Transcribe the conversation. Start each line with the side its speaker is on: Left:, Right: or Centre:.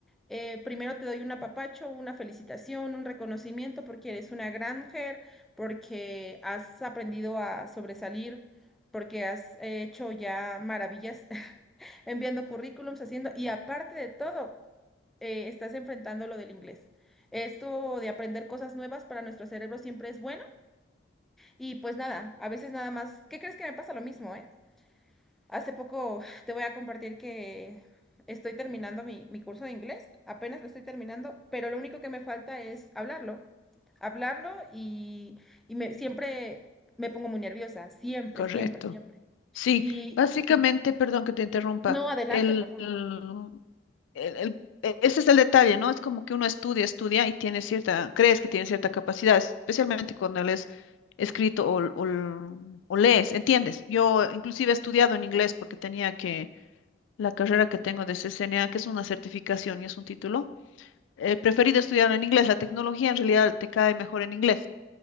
Centre: eh, primero te doy un apapacho, una felicitación, un reconocimiento porque eres una gran mujer, porque has aprendido a sobresalir, porque has hecho ya maravillas <laughs> enviando currículums, haciendo, y aparte de todo, eh, estás enfrentando lo del inglés. Esto de aprender cosas nuevas para nuestro cerebro siempre es bueno. Y pues nada, a veces nada más, ¿qué crees que me pasa lo mismo, eh? Hace poco te voy a compartir que estoy terminando mi, mi curso de inglés, apenas lo estoy terminando, pero lo único que me falta es hablarlo, hablarlo y, y me, siempre me pongo muy nerviosa, siempre,
Left: Correcto.
Centre: siempre, siempre.
Left: Sí,
Centre: Y
Left: básicamente, perdón que te interrumpa,
Centre: no, adelante,
Left: el,
Centre: por
Left: el- el- e- ese es el detalle, ¿no? Es como que uno estudia, estudia y tiene cierta, crees que tiene cierta capacidad, especialmente cuando lees escrito o, o, o lees, ¿entiendes? Yo inclusive he estudiado en inglés porque tenía que, la carrera que tengo de CCNA, que es una certificación y es un título, he preferido estudiar en inglés, la tecnología en realidad te cae mejor en inglés